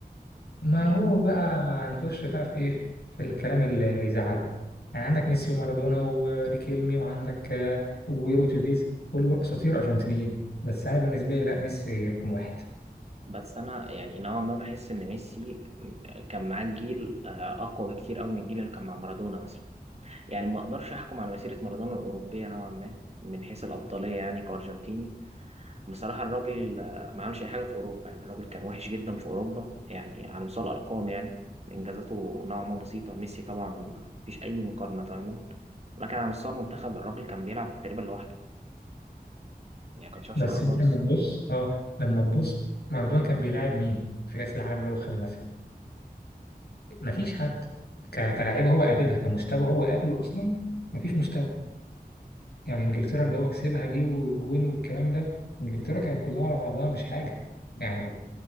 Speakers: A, on the left; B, on the right.
A: ما
B: يعني
A: هو بقى هنخش بقى في ايه في الكلام اللي اللي يزعل بقى يعني عندك ميسي ومارادونا وريكيلمي وعندك آه، اجويرو وتيفيز كل دول اساطير ارجنتينيين بس انا بالنسبه لي لا ميسي رقم واحد
B: بس انا يعني نوعا ما بحس ان ميسي كان معاه جيل آه، اقوى بكتير قوي من الجيل اللي كان مع مارادونا مثلا يعني ما اقدرش احكم على مسيره مارادونا الاوروبيه نوعا ما من حيث الافضليه يعني كارجنتيني بصراحه الراجل آه، ما عملش اي حاجه في اوروبا يعني الراجل كان وحش جدا في اوروبا يعني على مستوى الارقام يعني انجازاته نوعا ما بسيطه ميسي طبعا مفيش اي مقارنه تماما لكن على مستوى المنتخب الراجل كان بيلعب تقريبا لوحده يعني كان شايل
A: بس
B: فرقه خالص
A: انت لما تبص اه لما تبص مارادونا كان بيلاعب مين في كاس العالم اللي هو خده مثلا مفيش حد ك- كلاعيبه هو قابلها كمستوى هو قابله اصلا مفيش مستوى يعني انجلترا اللي هو كسبها دي والجون والكلام ده انجلترا كانت كلها على بعضها مش حاجه يعني